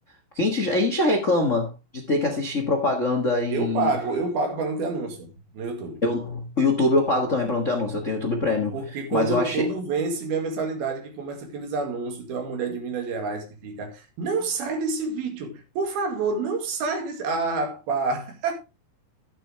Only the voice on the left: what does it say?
Porque a gente, já- a gente já reclama de ter que assistir propaganda em
eu, o YouTube eu pago também pra não ter anúncio, eu tenho YouTube Premium,
mas eu achei